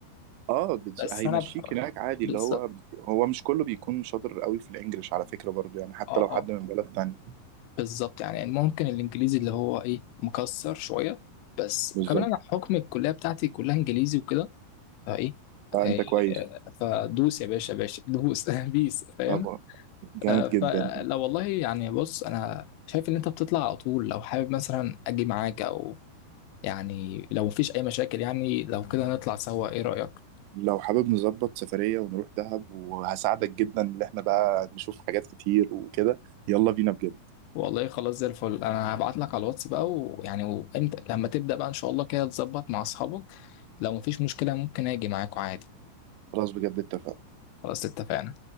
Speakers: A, on the right; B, on the left.
A: اه بتز...
B: بس
A: هيمشيك
B: انا بح...
A: هناك عادي
B: بالظبط
A: اللي هو هو مش كله بيكون شاطر قوي في الانجليش على فكرة برضو يعني حتى
B: اه
A: لو حد
B: اه
A: من بلد تانية
B: بالظبط يعني ممكن الانجليزي اللي هو ايه مكسر شويه بس
A: بالظبط
B: وكمان انا حكم الكليه بتاعتي كلها انجليزي وكده فايه
A: فانت
B: آه،
A: كويس
B: آه، فدوس يا باشا باشا دوس <laughs> بيس فاهم
A: طبعا جامد
B: آه، فلو
A: جدا
B: والله يعني بص انا شايف ان انت بتطلع على طول لو حابب مثلا اجي معاك او يعني لو مفيش اي مشاكل يعني لو كده نطلع سوا ايه رايك
A: لو حابب نظبط سفرية ونروح دهب وهساعدك جدا ان احنا بقى نشوف حاجات كتير وكده يلا بينا بجد
B: والله خلاص زي الفل انا هبعت لك على الواتس بقى ويعني وامتى لما تبدا بقى ان شاء الله كده تظبط مع اصحابك لو مفيش مشكله ممكن اجي معاكوا عادي
A: خلاص بجد اتفقنا
B: خلاص اتفقنا